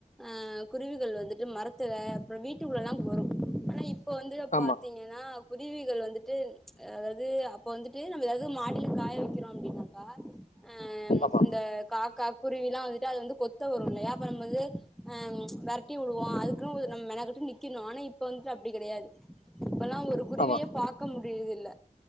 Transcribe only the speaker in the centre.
ஆஹ் குருவிகள் வந்துட்டு மரத்துல அப்புற வீட்டுக்குள்ள எல்லா வரு ஆனா இப் இப்போ வந்துட்டு
பாத்தீங்கன்னா குருவிகள் வந்துட்டு அதாவது அப் இப்போ வந்துட்டு நம்ம து மாடில காய வைக்கிறோ அப்டின்னாக்கா ஆஹ்
இந்த காகா கு ருவில்லா வந்துட்டு அது வந்து கொத்த வரு இல்லையா அப்ப நம்ம வந்து அஹ் வெரட்டி விடுவோ அதுக்குன்னு நம்ம மெனக்கட்டி நிக்கணு ஆனா இப்ப வந்துட்டு அப்டி கெடையாது இப்பல்லா ஒரு குருவியே
பாக்க மு முடிறதுல்ல